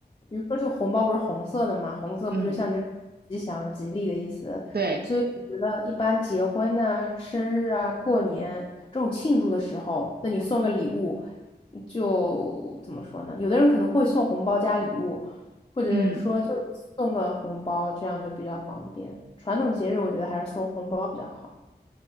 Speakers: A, on the left; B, on the right.
A: 比如说这个红包不是红色的嘛，红色不就象征吉祥、
B: 嗯，
A: 吉利的意思？
B: 对，
A: 所以我觉得一般结婚呐、生日啊、过年这种庆祝的时候，那你送个礼物，就怎么说呢？有的人可能会送红包加礼物，或者是说就送个红包，
B: 嗯。
A: 这样就比较方便。传统节日我觉得还是送红包比较好。